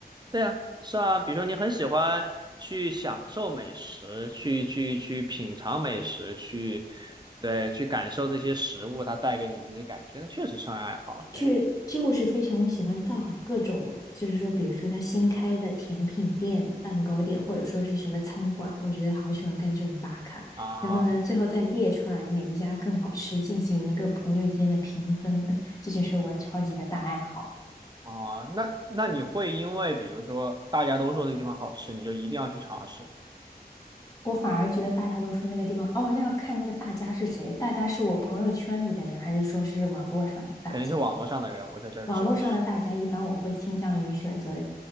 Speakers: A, on the right; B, on the left.
A: 对啊，是啊。比如说你很喜欢去享受美食，去去去品尝美食，去对去感受这些食物它带给你的那些感觉，那确实是爱好，
B: 就就是非常喜欢造访各种，
A: 对。
B: 就是说，比如说他新开的甜品店、蛋糕店，或者说是什么餐馆，我觉得好喜欢干这种打卡。
A: 啊
B: 然后呢，最后再列出来哪一家更好吃，进行一个朋友间的评分，<laughs> 这就是我超级的大爱好。
A: 啊，那那你会因为比如说大家都说这个地方好吃，你就一定要去尝试吗？
B: 我反而觉得大家都说那个地方，哦，那要看那个大家是谁，大家是我朋友圈里的人，还是说是网络上的大家？
A: 肯定是网络上的人，我在这儿指的是
B: 网络上的大家，一般我会倾向于选择